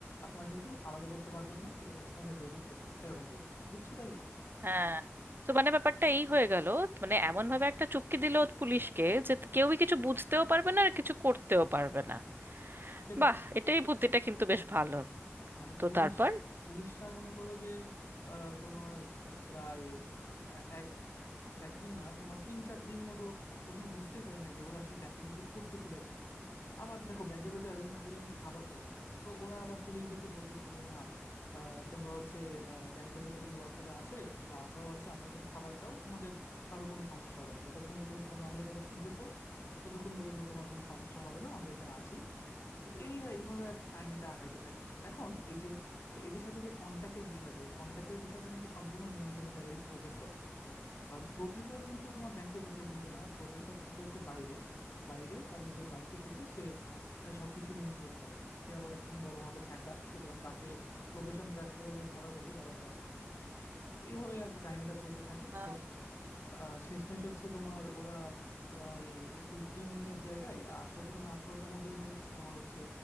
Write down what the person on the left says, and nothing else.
আপনারা কিন্তু আলাদা করতে পারবেন না সুতরাং আপনারা ভেতরে ঢুকবেন না এরকম বলছে বুঝছো তাইলে
সেটাই
মানে
পুলিশ
পুলিশরা মনে করো যে আহ, তোমার আহ, প্রায় এ- এক একদিন না তোমার তিন চার দিন মতো প্রথমে বুঝতেই পারে না যে ওরা আসলে ব্যাংকের ভিতরে করতেছে নাকি আবার দেখো ব্যাংকের ভিতরে এতদিন থাকতে গেলে কিন্তু খাবার দরকার তো ওরা আবার পুলিশদেরকে বলতেছে যে না আহ, তোমরা হচ্ছে ব্যাংকের ভিতরে যে ওয়ার্কাররা আছে বা আমরাও আছি আমাদের জন্য খাবার দাও তোমাদের কারো কোনো সমস্যা হবে না যতক্ষণ পর্যন্ত তোমরা আমাদের কথা শুনতেছো ততক্ষণ পর্যন্ত তোমার কোনো সমস্যা হবে না আমরা এখানে আছি তো এই এইভাবে আর কি কাহিনীটা আগাইতে থাকে এখন এই যে এদের সাথে যে কন্টাক্টের বিষয়টা এই কন্টাক্টের বিষয়টা কিন্তু সম্পূর্ণ নিয়ন্ত্রণ করে ওই প্রফেসর কারণ প্রফেসর কিন্তু তোমার ব্যাংকের ভেতরে ঢুকে না প্রফেসর থাকে হচ্ছে বাইরে বাইরে তার নিজের বাড়িতে থেকে সে আহ, সবকিছু নিয়ন্ত্রণ করে সে আবার একজন বড় মাপের হ্যাকার সুতরাং তাকে লোকেশন ট্র্যাক করেও যে ধরা যাবে ব্যাপারটা এমন না। এইভাবে আর কি কাহিনীটা চলতে থাকে
শেষ আহ শেষমেশ হচ্ছে তোমার ওরা প্রায় একুশ দিনের জায়গায় আর সতেরো না আঠারোতম দিনের তোমার হচ্ছে